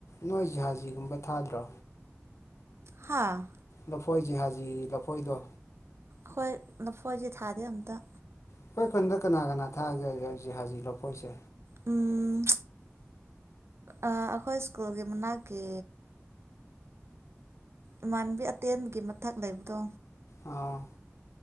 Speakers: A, on the left; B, on the right.
A: ꯅꯣꯏ ꯖꯍꯥꯖꯤꯒꯨꯝꯕ ꯊꯥꯗ꯭ꯔꯣ
B: ꯍꯥꯥ
A: ꯂꯐꯣꯏ ꯖꯤꯍꯖꯤ ꯂꯐꯣꯏꯗꯣ
B: ꯍꯣꯏ ꯂꯐꯣꯏꯁꯦ ꯊꯥꯗꯦ ꯑꯝꯇ
A: ꯑꯩꯈꯣꯏ ꯈꯨꯟꯗ ꯀꯅꯥ ꯀꯅꯥ ꯊꯥꯖꯒꯦ ꯍꯧꯖꯤꯛ ꯍꯧꯖꯤ ꯂꯈꯣꯛꯁꯦ
B: ꯎꯝ ꯑꯩꯈꯣꯏ ꯁ꯭ꯀꯨꯜꯒꯤ ꯃꯅꯥꯛꯀꯤ ꯏꯃꯥꯟꯕꯤ ꯑꯇꯦꯟꯒꯤ ꯃꯊꯛ ꯂꯩꯕꯗꯣ
A: ꯑꯥ